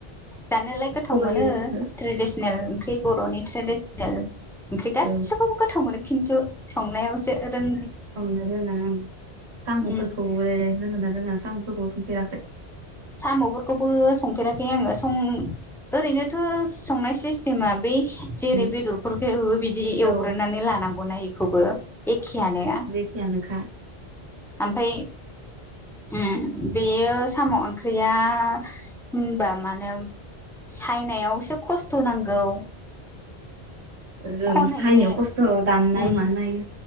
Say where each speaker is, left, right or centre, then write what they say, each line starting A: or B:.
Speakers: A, in the centre; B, on the right (about 80°).
A: जानोलाय गोथाव
B: सबाइ
A: मोनो
B: हो
A: ट्रेडिसनेल ख्रि बर'नि ट्रेडिसनेल ओंख्रि गासिखौबो
B: औ
A: गोथाव मोनो खिन्थु संनायावसो रों
B: संनो रोंङा साम'फोरखौबो
A: उम
B: रोंगोना रोंङा? ‌सम' फोरखौ सोंफेराखै?
A: साम'फोरखौबो संफेराखै आंङो सं ओरैनोथ' संनाय सिस्टिमा बि जेरै'
B: उम,
A: बेदरफोरखौ एवओ बिदि एवग्रोनानै
B: औ
A: लानांगौना इखौबो एखेयानो।
B: केयानोखा।
A: ओमफाय उम बेयो साम' ओंख्रिया आ होनबा मानो सायनायावसो खस्थ' नांगौ।
B: जों
A: खनहैनो
B: सायनायाव खस्थ' दाननाय
A: उम
B: मानाय